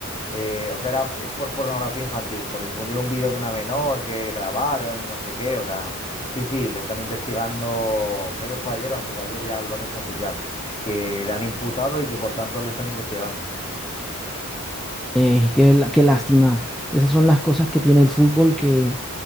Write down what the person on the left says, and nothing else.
eh, o sea, era, es por pornografía infantil, por difundir un vídeo de una menor que grabaron y no sé qué, o sea, sí, sí, le están investigando, creo que fue ayer o antes de ayer ya lo han hecho oficial, que le han imputado y que por tanto le están investigando.